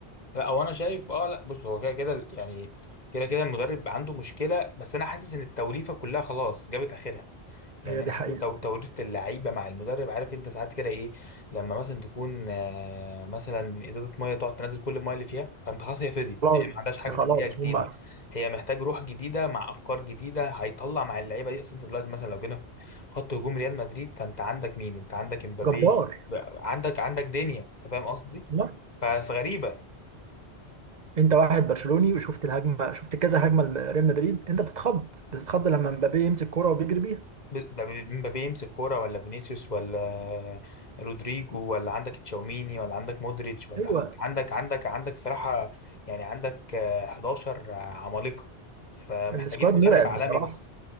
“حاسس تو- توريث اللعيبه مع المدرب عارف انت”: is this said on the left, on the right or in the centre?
Left